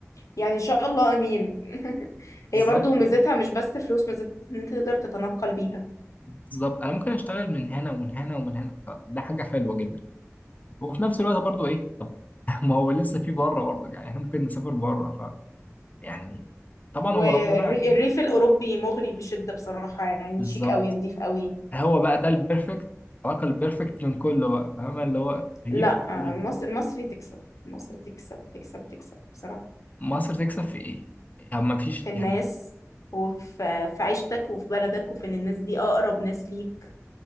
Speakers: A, on the left; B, on the left.
A: يعني ان شاء الله امين <laughs>
B: بالظبط
A: هي برضو ميزتها
B: كده
A: مش بس فلوس ميزتها ان انت تقدر تتنقل بيها
B: بالظبط أنا ممكن أشتغل من هنا ومن هنا ومن هنا فده حاجة حلوة جدا وفي نفس الوقت برضو إيه <laughs> طب ما هو لسه في بره برضو يعني إحنا ممكن نسافر بره ف يعني طبعا
A: والريف
B: هو ربنا كاتب
A: الاوروبي مغري بشده بصراحه يعني
B: بالظبط
A: شيك قوي نظيف قوي
B: هو بقى ده البيرفكت العلاقة البيرفكت بين كله بقى فاهم اللي هو ريف
A: لا
B: وكل
A: آه، المص-
B: حاجة
A: المصري تكسب المصري تكسب تكسب تكسب بصراحه
B: مصر تكسب في ايه؟ يعني ما فيش
A: في الناس
B: يعني
A: وفي في عيشتك وفي بلدك وفي ان الناس دي اقرب ناس ليك